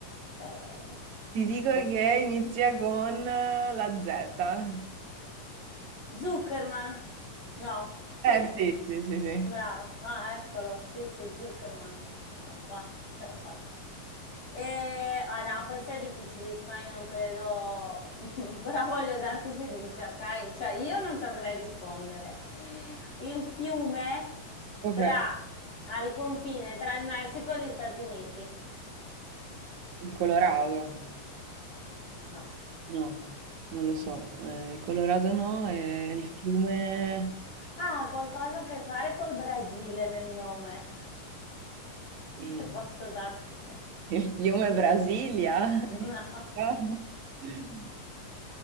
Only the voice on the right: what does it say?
Ti dico che inizia con eh, la Z.
Eh sì, sì, sì, sì.
Ok.
Il Colorado?
No, non lo so. Eh, il Colorado no, è il fiume...
eh,
Il fiume Brasilia?
No. <laughs>